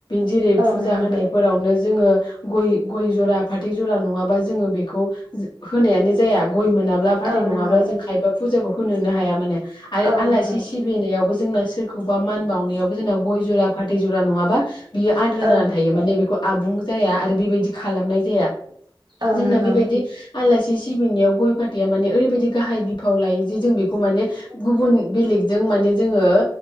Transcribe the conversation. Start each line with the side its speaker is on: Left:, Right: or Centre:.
Left: जेरै
Right: औ
Left: फुजा
Right: नंगौ
Left: होनायफोरावनो जोङो गय गय जरा फाथै जरा नङाबा जोङो बेखौ होनायानो जाया गय मोनाब्ला फाथै
Right: औ
Left: नङाब्ला
Right: नंगौ
Left: जों खायबा फुजाखौ होनोनो हाया माने। आरो
Right: औ
Left: आलासि
Right: नंगौ
Left: सिबिनायावबो जोंना सोरखौबा मान बावनायाव जोंना गय जरा फा थै जारा नङाबा बियो आद्रा जानानै
Right: औ
Left: थायो माने बेखौ आबुं जाया आरो बेबाय दि खालामनाय जाया।
Right: औ
Left: जोंना
Right: नंगौ
Left: बेबायदि आलासि सिबिनाययाव गय फाथैआ माने ओरैबायदि गाहाय बिफाव लायो जे जों बेखौ माने गुबुन बेलेग जों माने जोङो